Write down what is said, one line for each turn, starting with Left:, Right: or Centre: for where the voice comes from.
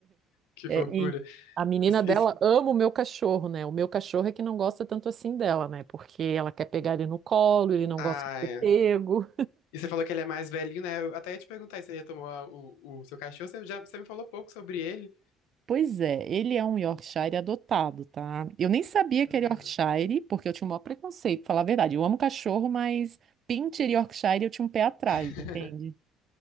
Left: Que
Right: É,
Left: fofura.
Right: e a menina
Left: Isso,
Right: dela
Left: isso.
Right: ama o meu cachorro, né? O meu cachorro é que não gosta tanto assim dela, né? Porque ela quer pegar ele no colo, ele não
Left: Ai.
Right: gosta de ser pego.
Left: E você falou que ele é mais velhinho, né? Eu até ia te perguntar se você retomou a- o, o seu cachorro, você, já, você me falou pouco sobre ele.
Right: Pois é, ele é um Yorkshire adotado, tá? Eu nem sabia
Left: Ah.
Right: que era Yorkshire, porque eu tinha um maior preconceito, pra falar a verdade. Eu amo cachorro, mas Pinscher e Yorkshire eu tinha um pé atrás,
Left: <laughs>
Right: entende?